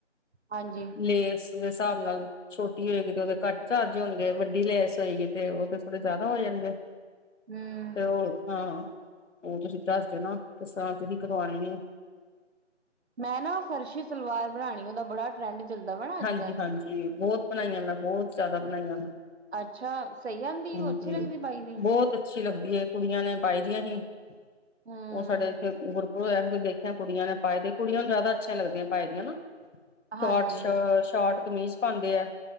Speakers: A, on the right; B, on the left.
A: ਹਾਂਜੀ
B: ਲੇਸ ਉਹਦੇ ਸਾਬ ਨਾਲ ਛੋਟੀ ਹੋਏਗੀ ਤੇ ਉਹਦੇ ਘੱਟ ਚਾਰਜ ਹੋਣਗੇ ਵੱਡੀ ਲੈਸ ਹੋਏਗੀ ਤੇ ਉਹ ਤੇ ਥੋੜੇ ਜਾਦਾ ਹੋ ਜਾਣਗੇ।
A: ਹੂੰ
B: ਤੇ ਹੋਰ ਹਾਂ ਉਹ ਤੁਸੀਂ ਦੱਸ ਦਿਓ ਨਾ ਕਿਸ ਤਰ੍ਹਾਂ ਤੁਸੀਂ ਕਰਵਾਣੀ ਹੈ।
A: ਮੈਂ ਨਾ ਫਰਸ਼ੀ ਸਲਵਾਰ ਬਣਾਣੀ ਉਹਦਾ ਬੜਾ ਟਰੈਂਡ ਚੱਲਦਾ ਵਾ ਨਾ ਅੱਜ
B: ਹਾਂਜੀ-ਹਾਂਜੀ
A: ਕੱਲ
B: ਬਹੁਤ ਬਣਾਈਆਂ ਮੈਂ ਬਹੁਤ ਜਾਦਾ ਬਣਾਈਆ ਮੈਂ।
A: ਅੱਛਾ। ਸਹੀ ਆਂਦੀ
B: ਹਾਂਜੀ
A: ਉਹ ਅੱਛੀ ਲੱਗਦੀ ਪਾਈ ਦੀ
B: ਬੌਤ ਅੱਛੀ ਲੱਗਦੀ ਏ ਕੁੜੀਆਂ ਨੇ ਪਾਈ ਦੀਆ ਹੀ।
A: ਹਾਂ
B: ਉਹ ਸਾਡੇ ਇੱਥੇ ਗੁਰਪੁਰ ਹੋਇਆ ਦੇਖਿਆ ਕੁੜੀਆਂ ਨੇ ਪਾਏ ਦੇ ਕੁੜੀਆਂ ਨੂੰ ਜਾਦਾ ਅੱਛੀਆ ਲੱਗਦੀਆ ਪਾਏ ਦੀਆ ਨਾ। ਸ਼ੋਟਸ਼
A: ਹਾਂਜੀ
B: ਸ਼ੋਟ ਕਮੀਜ਼ ਪਾਦੇ ਏ।